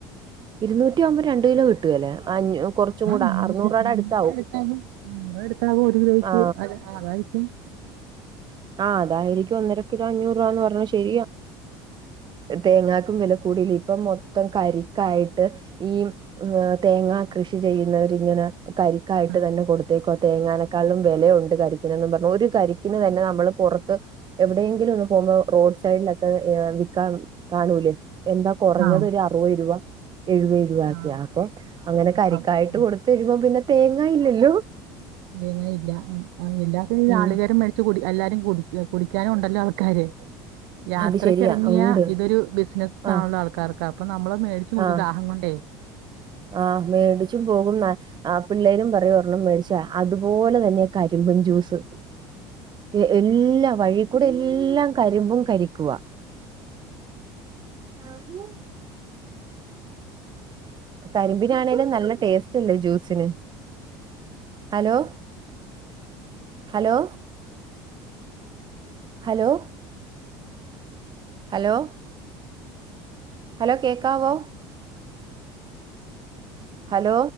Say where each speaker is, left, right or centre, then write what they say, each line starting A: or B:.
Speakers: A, on the right (about 40°); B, on the right (about 75°).
A: ഇരുന്നൂറ്റിവുമ്പോ രണ്ട് കിലോ കിട്ടൂല്ലേ അഞ്ഞൂ കുറച്ചും
B: ആ
A: കൂടെ
B: മുന്നൂറ്
A: അറുന്നൂറ് രൂപയുടെ
B: മുന്നൂറ്
A: അടുത്താവും.
B: അടുത്താകും മുന്നൂറ് ഏടുത്താകും ഒരു കിലോയ്ക്ക്
A: ആ
B: അ അ അതായിരിക്കും
A: ആഹ് തായിരിക്കും ഒന്നര കിലോ അഞ്ഞൂറ് രൂപാന്ന് പറഞ്ഞത് ശെരിയാ തേങ്ങാക്കും വെല കൂടിലേ ഇപ്പം മൊത്തം കരിക്കായിട്ട് ഈ ഉം തേങ്ങാ കൃഷി ചെയ്യുന്നവരിങ്ങനെ കരിക്കായിട്ട്
B: ആ
A: തന്നെ കൊടുത്തേക്കോ തേങ്ങാനേക്കാളിലും വെലയുണ്ട് കരിക്കിനന്ന് പറഞ്ഞു ഒരു കരിക്കിന് തന്നെ ന നമ്മള് പൊറത്ത് എവിടേങ്കിലൊന്ന് പോവുമ്പോ റോഡ് സൈഡിലൊക്കെ ഏഹ് വിക്കാൻ കാണൂലേ എന്താ കൊറഞ്ഞത്
B: ആ
A: ഒരു അറുപത് രൂപ എഴുപത് രൂപൊക്കെയാ
B: ആ
A: അപ്പൊ അങ്ങനെ
B: അപ്പം
A: കരിക്കായിട്ട്
B: ഉം
A: കൊടു തരുമ്പ പിന്നെ തേങ്ങായില്ലല്ലോ.
B: തേങ്ങായില്ല ഉം എല്ലാത്തിനും നാളികേരം
A: ഉം
B: മെ ചു കുടി എല്ലാരും കുടിച്ചോ കുടിക്കാനുണ്ടല്ലോ ആൾക്കാര് യാത്രക്കെറങ്ങിയാ
A: അത് ശരിയാ ഉണ്ട്
B: ഇതൊരു ബിസിനസ്സാണ്
A: ആഹ്
B: ആൾക്കാർക്ക് അപ്പൊ നമ്മളത് മേടിച്ച് കുടിച്ച്
A: ആഹ്
B: ദാഹം കൊണ്ടേ
A: ആഹ് മേടിച്ചു പോകും ന്ന ആ പിള്ളേരും പറയും ഒരണ്ണം മേടിച്ചാ അതുപോലെ തന്നെയാ കരിമ്പും ജ്യൂസ് എ എല്ലാ വഴി കൂടെല്ലാം കരിമ്പും കരിക്കുവാ അയിനു കരിമ്പിനാണേലും നല്ല ടേസ്റ്റ്ല്ലേ ജ്യൂസിന്. Hello hello hello hello hello കേക്കാവോ ഹലോ